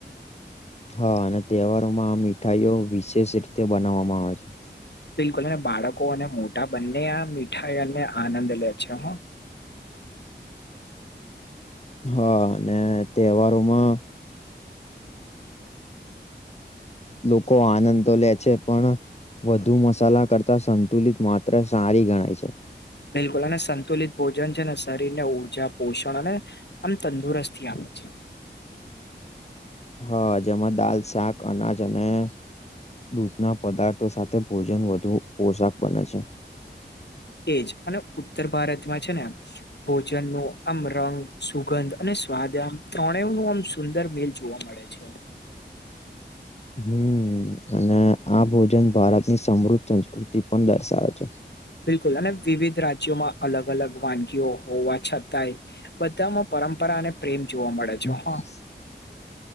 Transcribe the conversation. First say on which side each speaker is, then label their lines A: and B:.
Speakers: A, on the left; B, on the left.
A: હા અને તહેવારોમા આ મીઠાઈઓ વિશેષ રીતે બનાવવામા આવે છે
B: બિલકુલ અને બાળકો અને મોટા બને આ મીઠાઈ અને આનંદ લે છે હો
A: હા અને તહેવારોમા
B: <inaudible>
A: લોકો આનંદ તો લે છે, પણ વધુ મસાલા કરતા સંતુલિત માત્ર સારી ગણાય છે
B: બિલકુલ અને સંતુલિત ભોજન છે ને શરીર ને ઉર્જા પોષણ અને આમ તંદુરસ્તથી આપે છે
A: હા જેમાં દાલ શાક અનાજ અને દૂધ ના પદાર્થો સાથે ભોજન વધુ પોષાક બને છે,
B: એ જ અને ઉત્તર ભારતમા છે ને ભોજન નુ આમ રંગ સુગંધ અને સ્વાદ આમ ત્રણે નું આમ સુંદર મીલ જોવા મળ ળે છે
A: હમ અને આ ભોજન ભારત ની સમૃદ્ધ સંસ્કૃતિ પણ દર્શાવે છે
B: બિલકુલ અને વિવિધ રાજ્યોમા અલગ અલગ વાનગીઓ હોવા છતાય બધામાં પરંપરા અને પ્રેમ જોવા મળે છે.
A: <inaudible>
B: હા